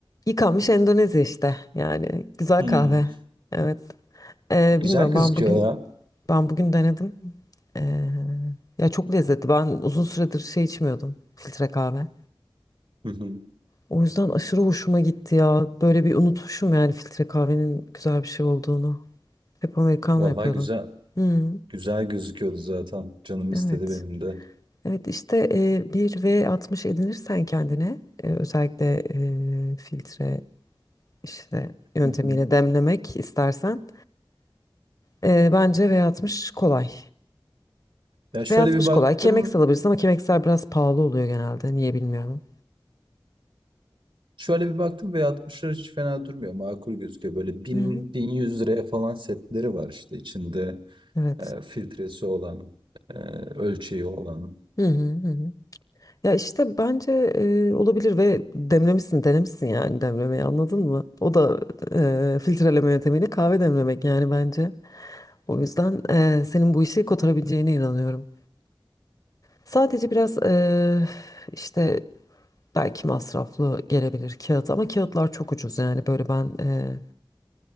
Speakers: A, on the left (about 45°); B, on the right (about 75°).
A: Yıkanmış Endonezya işte yani güzel
B: Hmm
A: kahve. Evet. Ee,
B: Güzel
A: bilmiyorum
B: gözüküyor
A: ben bugün
B: ya.
A: ben bugün denedim. Ee, ya çok lezzetli. Ben uzun süredir şey içmiyordum filtre kahve.
B: Hı hı.
A: O yüzden aşırı hoşuma gitti ya. Böyle bir unutmuşum yani filtre kahvenin güzel bir şey olduğunu. Hep americano
B: Vallahi
A: yapıyordum.
B: güzel.
A: Hmm,
B: Güzel gözüküyordu zaten. Canım istedi
A: evet.
B: benim de.
A: Evet işte e, bir V60 edinirsen kendine e, özellikle e, filtre işte yöntemiyle
B: Hı hı.
A: demlemek istersen. Ee, bence V60 kolay.
B: Ya şöyle
A: V60
B: bir baktım.
A: kolay. Kemex alabilirsin ama Kemex'ler biraz pahalı oluyor genelde. Niye bilmiyorum.
B: Şöyle bir baktım ve 60'lar hiç fena durmuyor. Makul gözüküyor. Böyle bin
A: Hı hı.
B: bin yüz liraya falan setleri var işte içinde
A: Evet.
B: e, filtresi olan, e, ölçeği olan.
A: Hı hı hı. hı. Ya işte bence e, olabilir ve demlemişsin, denemişsin yani demlemeyi anladın mı? O da e, filtreleme yöntemiyle kahve demlemek yani bence. O yüzden e, senin bu işi kotarabileceğine inanıyorum. Sadece biraz e, işte belki masraflı gelebilir kağıt ama kağıtlar çok ucuz yani böyle ben e,